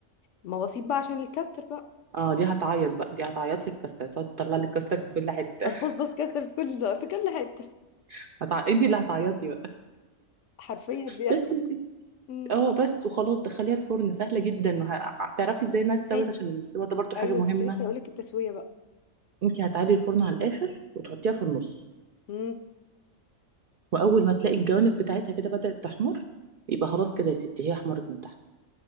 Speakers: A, on the left; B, on the right.
A: مواصيب بقى عشان الكاستر بقى
B: اه دي هتعيط بقى دي هتعيط لك كاستر تقعد تطلع لك كاستر من كل حته
A: هتبصبص كاستر في كل في كل حته
B: <laughs> هتع... انت اللي هتعيطي بقى
A: حرفيا بيحصل
B: بس يا ستي
A: امم
B: اه بس وخلاص دخليها الفرن سهله جدا وهتعرفي ازاي انها استوت
A: ماشي
B: عشان الاستوى ده برضو حاجه
A: ايوه
B: مهمه
A: كنت لسه هقولك التسويه بقى
B: انت هتعلي الفرن على الاخر وتحطيها في النص
A: امم
B: واول ما تلاقي الجوانب بتاعتها كده بدأت تحمر يبقى خلاص كده يا ستي هي حمرت من تحت